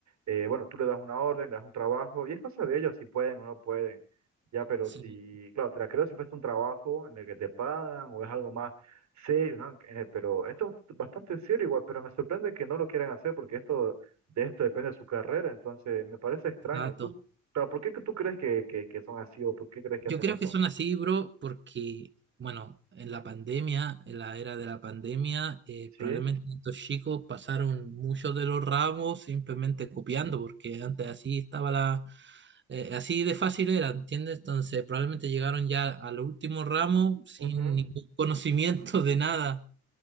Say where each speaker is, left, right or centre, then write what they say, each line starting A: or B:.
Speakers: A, on the right; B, on the right.
A: eh, bueno, tú le das una orden, le das un trabajo, y es cosa de ellos si pueden o no pueden. Ya, pero
B: Sí,
A: si, claro, te la creo si fuese un trabajo en el que te pagan o es algo más serio, ¿no? Eh, pero esto es bastante serio igual, pero me sorprende que no lo quieran hacer porque esto, de esto depende de su carrera, entonces me parece extraño.
B: exacto.
A: Tú, claro, ¿por qué que tú crees que, que, que son así o por qué crees que
B: Yo
A: hacen
B: creo
A: eso?
B: que son así, bro, porque, bueno, en la pandemia, en la era de la pandemia, eh,
A: ¿Sí?
B: probablemente estos chicos pasaron muchos de los ramos simplemente copiando, porque antes así estaba la, eh, así de fácil era, ¿entiendes? Entonces probablemente llegaron ya al último ramo sin
A: Ujú.
B: ningún <laughs> conocimiento de nada.